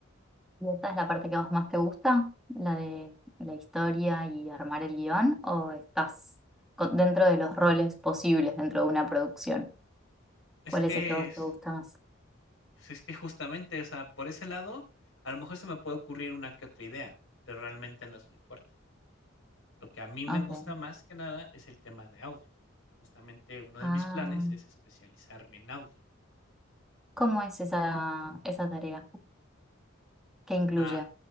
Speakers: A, in the centre; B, on the left.
A: ¿Y esta es la parte que a vos más te gusta? ¿La de la historia y armar el guión? ¿O estás co- dentro de los roles posibles dentro de una producción?
B: Es
A: ¿Cuál
B: que,
A: es el que a vos
B: es,
A: te gusta más?
B: es que justamente, o sea, por ese lado, a lo mejor se me puede ocurrir una que otra idea, pero realmente no es muy fuerte. Lo que a mí me
A: Ok.
B: gusta más que nada es el tema de audio. Justamente uno de
A: Ah,
B: mis planes es especializarme en audio.
A: ¿cómo es esa, esa tarea? ¿Qué incluye
B: Ah,